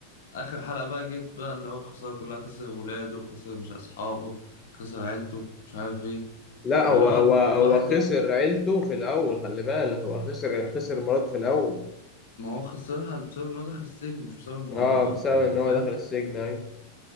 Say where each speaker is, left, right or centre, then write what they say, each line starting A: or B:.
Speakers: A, on the left (about 60°); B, on the left (about 20°).
A: اخر حلقه بقى جيت بقى اللي هو الخساره كلها خسر ولاده خسر مش اصحابه خسر عيلته مش عارف ايه
B: لا
A: فاللي
B: هو
A: هو
B: هو
A: ال...
B: هو
A: الواحد
B: خسر
A: ل-
B: عيلته في الأول خلي بالك هو خسر خسر مراته في الأول
A: ما هو خسرها بسبب ان هو دخل السجن مش بسبب المراهنات
B: اه بسبب
A: انت
B: إن
A: فاهم
B: هو دخل السجن أيوة